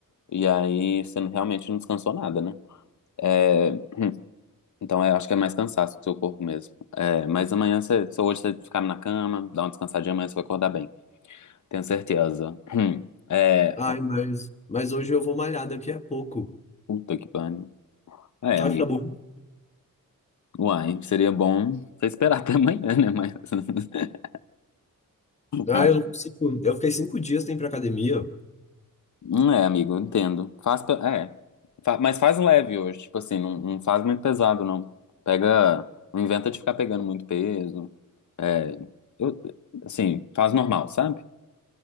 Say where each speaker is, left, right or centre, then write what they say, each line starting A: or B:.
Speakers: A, on the left; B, on the left.
A: e aí você não- realmente não descansou nada, né? É, Então, eu acho que é mais cansaço do seu corpo mesmo. É, Mas amanhã, você... se hoje você ficar na cama, dar uma descansadinha, amanhã você vai acordar bem. Tenho certeza. Hum. É,
B: Ai, mas, mas hoje eu vou malhar daqui a pouco.
A: Puta que pariu. É,
B: Tá,
A: amigo.
B: acho que tá bom.
A: Uai, seria bom você esperar <laughs> até amanhã, né? Mas. <laughs>
B: Ah,
A: Ah,
B: eu não consigo. Eu fiquei cinco dias sem ir pra academia.
A: hum, É, amigo, entendo. Faz. pe- É. Fa- Mas faz leve hoje. Tipo assim, não, não faz muito pesado, não. Pega. Não inventa de ficar pegando muito peso. É. Eu, assim, faz normal, sabe?